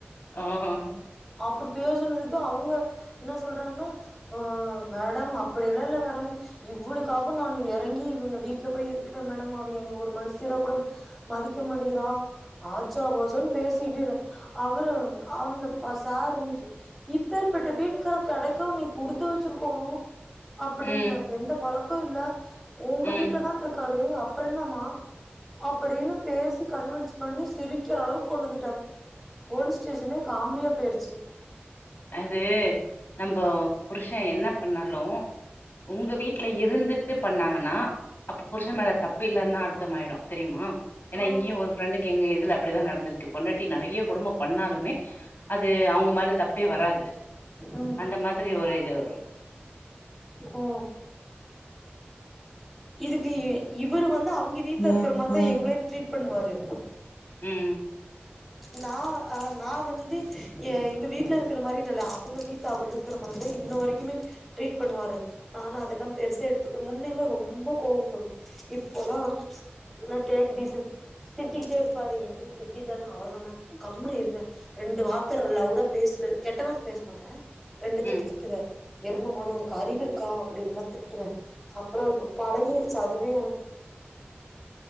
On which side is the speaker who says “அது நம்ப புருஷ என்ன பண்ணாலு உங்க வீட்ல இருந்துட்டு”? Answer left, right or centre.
Left